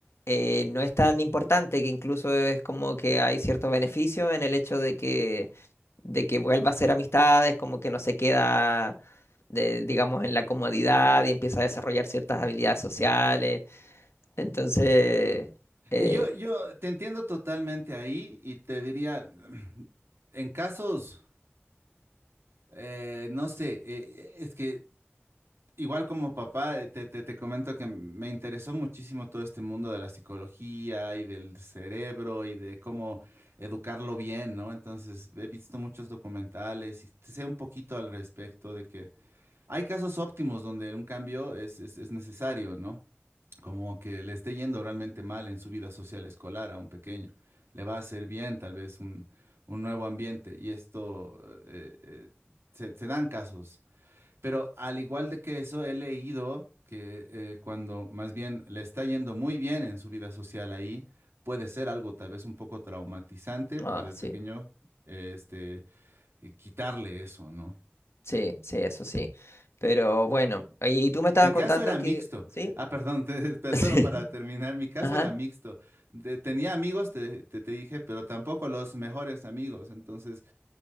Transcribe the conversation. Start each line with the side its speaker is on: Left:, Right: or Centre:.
Left: eh, no es tan importante, que incluso es como que hay ciertos beneficios en el hecho de que, de que vuelva a hacer amistades, como que no se queda, de- digamos, en la comodidad y empieza a desarrollar ciertas habilidades sociales. Entonces, eh,
Right: Y Yo, yo te entiendo totalmente ahí y te diría, <clears throat> en casos, eh, no sé, eh, es que igual como papá, eh, te, te, te comento que me interesó muchísimo todo este mundo de la psicología y del cerebro y de cómo educarlo bien, ¿no? Entonces, he visto muchos documentales y sé un poquito al respecto de que hay casos óptimos donde un cambio es, es es necesario, ¿no? como que le esté yendo realmente mal en su vida social escolar a un pequeño. Le va a hacer bien tal vez un, un nuevo ambiente y esto eh, eh, se, se dan casos. Pero al igual de que eso, he leído que eh, cuando más bien le está yendo muy bien en su vida social ahí, puede ser algo tal vez un poco traumatizante
Left: ah,
Right: para el
Left: sí,
Right: pequeño, eh, este, eh, quitarle eso, ¿no?
Left: sí, sí, eso sí. Pero bueno, y tú me estabas
Right: Mi caso
Left: contando
Right: era
Left: que,
Right: mixto.
Left: sí,
Right: Ah, perdón, <laughs> te-
Left: <laughs>
Right: te-
Left: sí,
Right: solo para terminar, mi caso
Left: ajá,
Right: era mixto. Te- tenía amigos, te, te- te dije, pero tampoco los mejores amigos. Entonces,